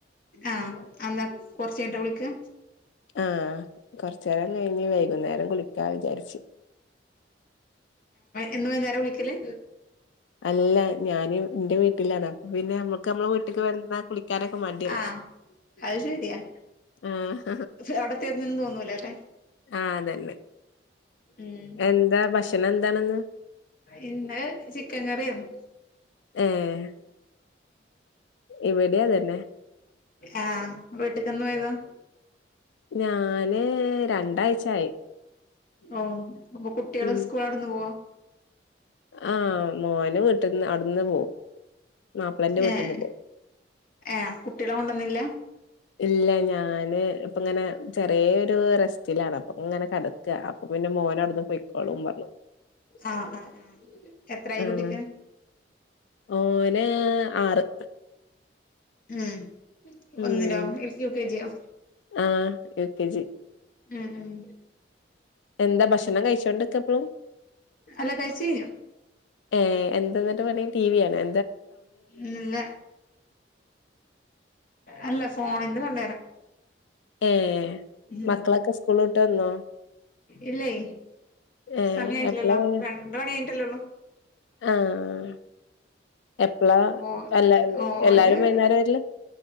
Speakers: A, on the left; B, on the left.
A: ആഹ് എന്താ കൊറ്ച്ചയിഞ്ഞിട്ടാ വിളിക്ക
B: ആഹ് കൊറ്ച്ചേരം കഴിഞ്ഞ് വൈകുന്നേരം കുളിക്കാ വിചാരിച്ച്
A: എന്നു വൈന്നാരെ കുളിക്കല്
B: അല്ല ഞാന് ഇന്റെ വീട്ട് വീട്ടിലാണ് ൻ പിന്നെ അമ്മക്ക് നമ്മെളെ വീട്ടിക്ക് വരുമ്പോ കുളിക്കാനൊക്കെ മടിയല്ലേ
A: ആഹ് അത് ശെരിയാ
B: ആഹ്
A: അവിടെ ചെന്നെ ന്ന് തോന്നൂലെല്ലെ
B: ആഹ് അതന്നെ
A: ഉം
B: എന്താ ഭക്ഷണം എന്താണെന്ന്
A: ഇന്ന് ചിക്കൻ കറിയെനു
B: ഏഹ് ഇവിടെ അതന്നെ
A: ആഹ് വീട്ടിക്കെന്ന് പോയതാ
B: ഞാന് രണ്ടാഴ്ചായി
A: ഓഹ് അപ്പൊ കുട്ട്യേള്
B: ഉം
A: സ്കൂള് അട്ന്ന് പോവോ?
B: ആഹ് മോന് വീട്ട്ന്ന് അവ്ട്ന്ന് പോവും. മാപ്പിളന്റെ വീട്ടിന്ന്
A: ഏഹ്
B: പോ
A: ഏഹ് കുട്ട്യേളെ കൊണ്ടന്നില്ല?
B: ഇല്ല ഞാന് ഇപ്പങ്ങനെ ചെറ്യേരു റെസ്റ്റിലാണ്. അപ്പങ്ങനെ കെടക്ക. അപ്പൊ പിന്നെ മോനവിടുന്ന് പൊയ്ക്കോളും പറ്ഞ്ഞ്
A: ആഹ് ആഹ് ആഹ്, എത്രായി
B: ആഹ്
A: കുട്ടിക്ക്?
B: ഓന് ആറ്
A: ഉം,
B: ഉം
A: ഒന്നിലോ യു യു കെജിയോ?
B: ആഹ് യുകെജി.
A: ഉം ഉം.
B: എന്താ ഭക്ഷണം കഴിച്ചോണ്ട്ക്ക ഇപ്പളും
A: അല്ല കഴിച്കയ്
B: ഏഹ് എന്ത ഇന്നട്ട് പണി ടിവി കാണേ?
A: ഇല്ല. അല്ല ഫോണിന്റെ സൗണ്ടാ
B: ഏഹ്?
A: ഉം,
B: മക്കളൊക്കെ സ്കൂള് വിട്ട് വന്നോ
A: ഇല്ലെയ്
B: ഏഹ്
A: സമയായില്ലല്ലോ
B: എപ്പളാ വരാ
A: രണ്ട്മണി കയ്ഞ്ഞ്ട്ടല്ലോള്ളൂ?
B: ആഹ്, എപ്പളാ
A: ഓ
B: എല്ലാ
A: ഓല്
B: എല്ലാരും വൈന്നാരാ വര്ല്?